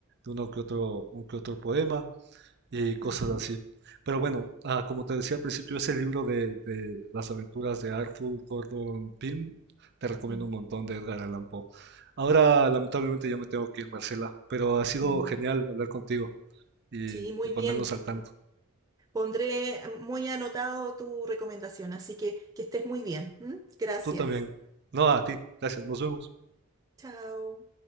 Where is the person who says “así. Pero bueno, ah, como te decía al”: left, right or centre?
Right